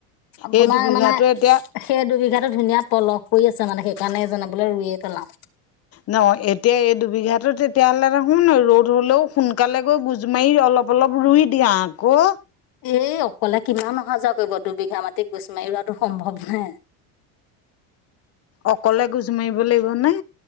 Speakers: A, on the left (about 60°); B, on the left (about 40°).
A: আপোনাৰ
B: এই দুবিঘাটো
A: মানে
B: এতিয়া
A: সেই দুবিঘাতো ধুনীয়া পলস কৰি আছে মানে সেইকাৰণে এইজনে বুলি ৰুইয়ে পেলাও
B: ন এতিয়া এই দুবিঘাতো তেতিয়াহ'লে দেখোন ন ৰ'দ হ'লেও সোনকালে গৈ গোজ মাৰি অলপ অলপ ৰুই দিয়া আকৌ
A: এ অকলে কিমান অহা যোৱা কৰিব দুবিঘা মাটিত গোচ মাৰি ৰোৱাটো সম্ভৱ নে
B: অকলে গোজ মাৰিব লাগিব নে